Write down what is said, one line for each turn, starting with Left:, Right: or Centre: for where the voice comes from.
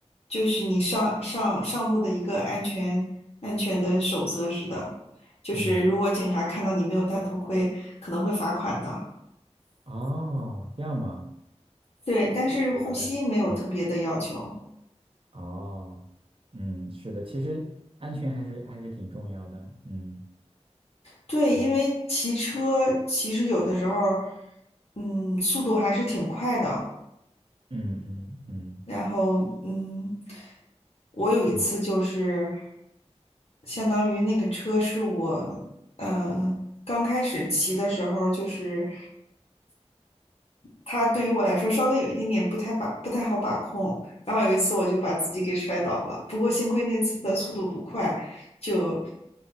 Left: 就是你上上上路的一个安全安全的守则似的，就是如果警察看到你没有戴头盔，
Right: 嗯，
Left: 可能会罚款的。
Right: 哦，这样吗？
Left: 对，但是护膝没有特别的要求。
Right: 不要带。嗯，哦，嗯，是的，其实安全还是还是挺重要的。嗯，
Left: 对，
Right: 对，
Left: 因为骑车其实有的时候，嗯，速度还是挺快的。
Right: 嗯嗯嗯
Left: 然后，嗯，我有一次就是
Right: 嗯，
Left: 相当于那个车是我，嗯、刚开始骑的时候就是。它对于我来说稍微有一点点不太把不太好把控。然后有一次我就把自己给摔倒了，不过幸亏那次的速度不快，就